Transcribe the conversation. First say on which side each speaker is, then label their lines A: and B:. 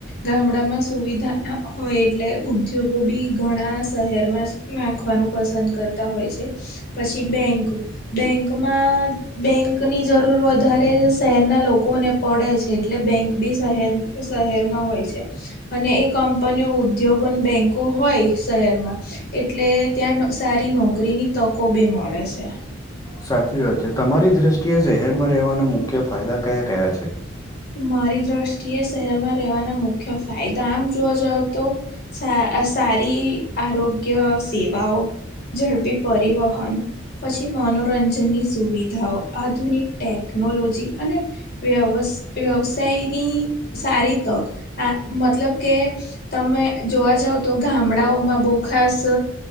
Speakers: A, on the left; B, on the left.
A: ગામડા માં સુવિધા હોય એટલે ઉદ્યોગો બી ઘણા- શહેર માં જ નાખવાનું પસંદ કરતા હોય છે પછી બેંક- બેંકમાં- બેંકની જરૂર વધારે શહેરના લોકોને પડે છે એટલે બેંક બી શહેર શહેર- માં હોય છે અને એ કંપનીઓ ઉદ્યોગો ને બેન્કો હોય શહેરમાં- એટલે ત્યાં સારી નોકરીની તકો બી મળે છે.
B: સાચી વાત છે તમારી દ્રષ્ટિએ શહેરમાં રહેવાના મુખ્ય ફાયદા કયા કયા છે.
A: મારી દ્રષ્ટિએ શહેરમાં રહેવાના મુખ્ય ફાયદા આમ જોવા જાવ તો- સારી આરોગ્ય સેવાઓ ઝડપી પરિવહન- પછી મનોરંજનની સુવિધાઓ આધુનિક ટેકનોલોજી અને- વ્યવ વ્યવસાયની સારી તક આ મતલબ કે- તમે- જોવા જાવ તો ગામડાઓમાં બહુ ખાસ